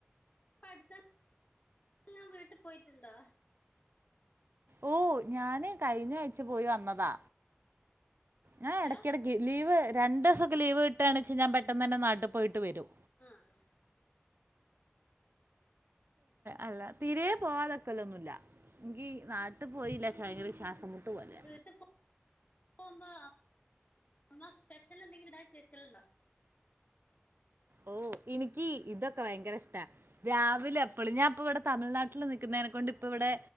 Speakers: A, on the left; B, on the right.
A: ഇപ്പ അടുത്തെങ്ങാൻ <unintelligible> വീട്ടിൽ പോയിട്ടുണ്ടോ?
B: ഓ ഞാന് കഴിഞ്ഞ അഴച്ചു പോയി വന്നതാ, ഞാൻ
A: ഹലോ
B: ഇടക്കിടയ്ക്ക് ലീവ് രണ്ട ദിവസൊക്കെ ലീവ് കിട്ടുകണെച്ച ഞാൻ പെട്ടെന്ന് തന്നെ നാട്ടിൽ പോയിട്ട് വരും
A: ആ ആ
B: അല്ല തീരെ പോവാതക്കല്ലൊന്നുമല്ല, എനിക്ക് നാട്ടിൽ പോയില്ല ചയങ്കര ശ്വാസം പോലെ
A: വീട്ടിൽ പോകുമ്പോ അമ്മ സ്പെഷ്യൽ എന്തെങ്കിലും ഇണ്ടാക്കി വെക്കൽ ഉണ്ടോ
B: ഓ എനിക്ക് ഇതൊക്കെ ഭയങ്കര ഇഷ്ടാ രാവിലെ എപ്പഴും ഞാൻപ്പ ഇവിടെ തമിഴ്നാട്ടിൽ നിക്കുന്നതിനെക്കൊണ്ട് ഇപ്പ ഇവിടെ